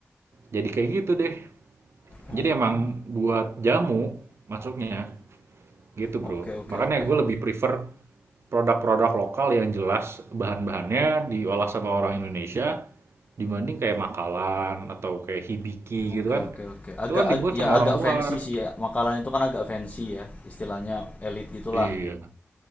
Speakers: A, on the right (about 80°); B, on the left (about 30°).
A: jadi kayak gitu deh.
B: Oh.
A: Jadi emang buat jamu masuknya, gitu
B: Oke,
A: Bro.
B: oke,
A: Makanya
B: oke.
A: gue lebih prefer Produk-produk lokal yang jelas bahan-bahannya diolah sama orang Indonesia dibanding kayak makalan atau kayak hibiki
B: Oke
A: gitu kan.
B: oke oke. Agak
A: Itu kan
B: ag-
A: dibuat sama
B: ya agak
A: orang luar.
B: fancy sih ya. Makanan itu kan agak fancy ya. Istilahnya elit gitulah.
A: Iya.